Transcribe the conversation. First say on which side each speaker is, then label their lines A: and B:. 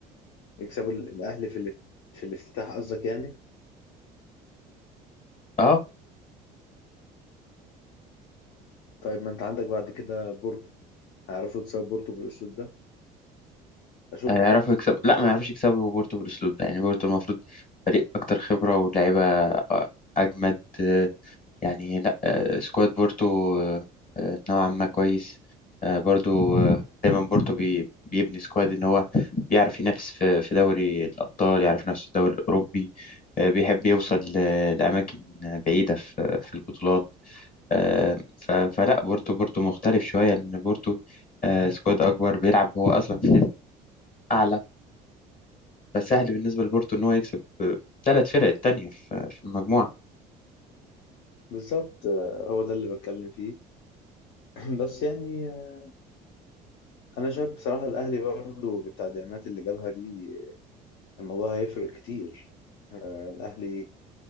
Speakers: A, on the left; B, on the left.
A: يكسبوا الأهلي في ال- في الافتتاح قصدك يعني؟
B: اه
A: طيب ما أنت عندك بعد كده بورتو هيعرفوا يكسبوا بورتو بالأسلوب ده؟ أشك
B: هيعرفوا يكسبوا لا ما يعرفوش يكسبوا بورتو بالأسلوب ده يعني بورتو المفروض فريق أكتر خبرة ولاعيبة آه، أجمد آه، يعني لا آه، سكواد بورتو آه، آه، نوعا ما كويس آه، برضو آه، دايما بورتو بي بيبني سكواد إن هو بيعرف ينافس في في دوري الأبطال يعرف ينافس في الدوري الأوروبي آه، بيحب يوصل ل- لأماكن بعيدة في في البطولات آه، ف- فلا بورتو بورتو مختلف شوية لأن بورتو آه، سكواد أكبر بيلعب هو أصلا في ليفل أعلى فسهل بالنسبة لبورتو إن هو يكسب آه، ثلاث فرق التانية في في المجموعة
A: بالظبط آه، هو ده اللي بتكلم فيه <clears throat> بس يعني آه، أنا شايف بصراحة الأهلي برضه بالتدعيمات اللي جابها دي الموضوع هيفرق كتير آه، الأهلي